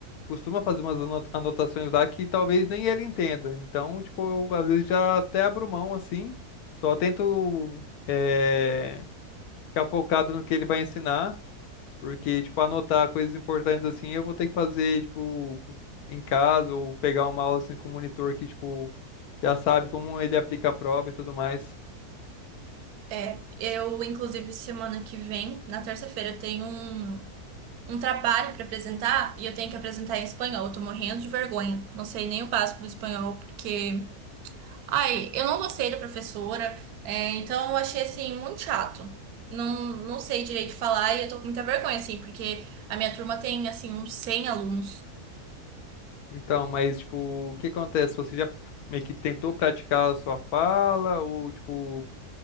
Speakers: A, on the left (about 75°); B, on the right (about 75°).
A: costuma fazer umas ano- anotações lá que talvez nem ele entenda. Então, tipo, eu, às vezes já até abro mão assim, só tento eh, ficar focado no que ele vai ensinar, porque, tipo, anotar coisas importantes assim, eu vou ter que fazer, tipo, em casa ou pegar uma aula assim com o monitor que, tipo, já sabe como ele aplica a prova e tudo mais.
B: É, eu, inclusive, semana que vem, na terça-feira, eu tenho um, um trabalho para apresentar e eu tenho que apresentar em espanhol, eu tô morrendo de vergonha, não sei nem o básico do espanhol, porque Ai, eu não gostei da professora, é, então eu achei assim muito chato. Não, não sei direito falar e eu tô com muita vergonha, assim, porque a minha turma tem assim uns cem alunos.
A: Então, mas tipo, o que acontece? Você já meio que tentou praticar a sua fala ou tipo,